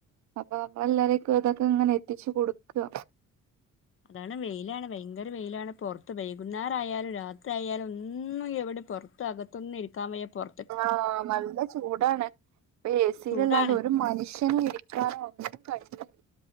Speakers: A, on the right (about 65°); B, on the left (about 45°).
A: അപ്പ നമ്മൾ എല്ലാരേക്കും ഇതൊക്കെ ഇങ്ങനെ എത്തിച്ചു കൊടുക്കുക
B: അതാണ് വെയിലാണ് ഭയങ്കര വെയിലാണ് പൊറത്ത് വൈകുന്നേരം ആയാലും രാത്രി ആയാലും ഒന്നും ഇവിടെ പൊറ ത്ത അകത്തൊന്നും ഇരിക്കാൻ വയ്യ പൊറ
A: ആഹ നല്ല ചൂടാണ് ഇപ്പ ആ ഏസിലല്ലാതെ
B: ചൂടാണ്
A: ഒരു മനുഷ്യനും ഇരി ക്കാനോ ഒന്നും കഴിയൂല